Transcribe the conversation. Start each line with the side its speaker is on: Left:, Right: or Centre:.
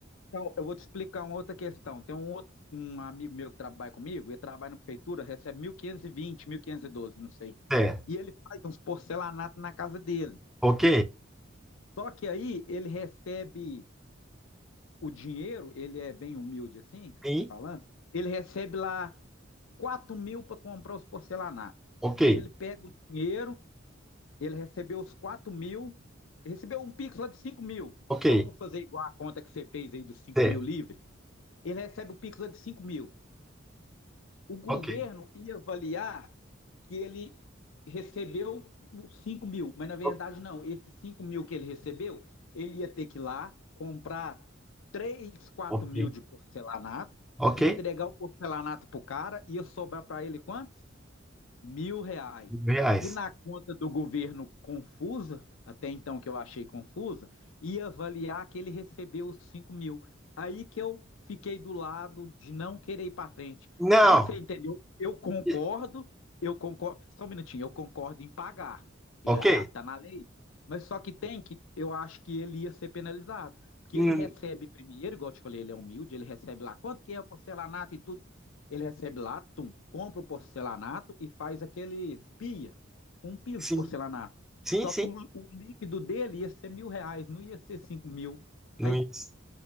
Left: então, eu vou te explicar uma outra questão. Tem um outro, um amigo meu que trabalha comigo, ele trabalha na prefeitura, recebe mil mil quinhentos quinhentos e vinte mil quinhentos e doze não sei.
Centre: T,
Left: E ele faz uns porcelanatos na casa dele.
Centre: ok,
Left: Só que aí ele recebe o dinheiro, ele é bem humilde assim,
Centre: sim,
Left: te falando, ele recebe lá quatro mil para comprar os porcelanatos.
Centre: ok,
Left: E ele pega o dinheiro Ele recebeu os quatro mil, recebeu um Pix lá de cinco mil.
Centre: ok,
Left: Vamos fazer igual a conta que você fez aí dos cinco
Centre: T,
Left: mil livre? Ele recebe o Pix lá de cinco mil. O governo
Centre: ok,
Left: ia avaliar que ele recebeu os cinco mil, mas na verdade
Centre: o-
Left: não. Esses cinco mil que ele recebeu, ele ia ter que ir lá comprar 3, quatro
Centre: ok,
Left: mil de porcelanato,
Centre: ok,
Left: e entregar o porcelanato pro cara, ia sobrar para ele quantos? mil reais.
Centre: mil reais.
Left: E na conta do governo confusa, até então que eu achei confusa, ia avaliar que ele recebeu os cinco mil. Aí que eu fiquei do lado de não querer ir para frente.
Centre: Não,
Left: Aí você entendeu? Eu concordo,
Centre: e-
Left: eu concordo. Só um minutinho, eu concordo em pagar. Está
Centre: ok,
Left: na lei. Mas só que tem que, eu acho que ele ia ser penalizado. Que
Centre: hum,
Left: ele recebe primeiro, igual eu te falei, ele é humilde, ele recebe lá quanto que é o porcelanato e tudo. Ele recebe lá, tum, compra o porcelanato e faz aquele pia com um piso
Centre: sim,
Left: de porcelanato.
Centre: sim,
Left: Só
Centre: sim,
Left: que o, o líquido dele ia ser mil reais, não ia ser cinco mil.
Centre: Luiz.
Left: Aí,